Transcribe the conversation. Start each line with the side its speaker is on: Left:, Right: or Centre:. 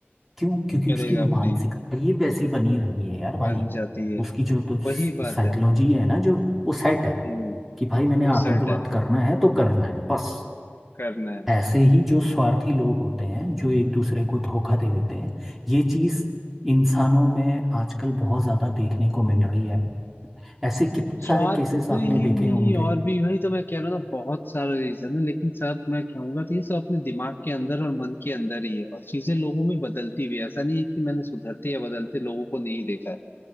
Centre: क्यों क्योंकि
Left: करेगा
Centre: उसकी मानसिकता
Left: अपनी
Centre: ही वैसी बनी रही है यार भाई
Left: बन जाती है
Centre: उसकी जो तो
Left: वही बात
Centre: साइकोलॉजी
Left: है
Centre: है ना जो वो सेट है
Left: हम्म
Centre: कि भाई मैंने
Left: वो
Centre: आतंकवाद
Left: सेट है
Centre: करना है तो करना है बस
Left: करना है
Centre: ऐसे ही जो स्वार्थी लोग होते हैं जो एक दूसरे को धोखा दे देते हैं ये चीज इंसानों में आजकल बहुत ज्यादा देखने को मिल रही है ऐसे कितने
Left: स्वार्थ
Centre: सारे केसेस आपने
Left: ही
Centre: देखे
Left: नहीं
Centre: होंगे
Left: और भी वही तो मैं कह रहा हूँ ना बहुत सारा रीजन है लेकिन सब मैं कहूंगा तो ये सब अपने दिमाग के अंदर और मन के अंदर ही है और चीजें लोगों में बदलती भी है ऐसा नहीं है कि मैंने सुधरते या बदलते लोगों को नहीं देखा है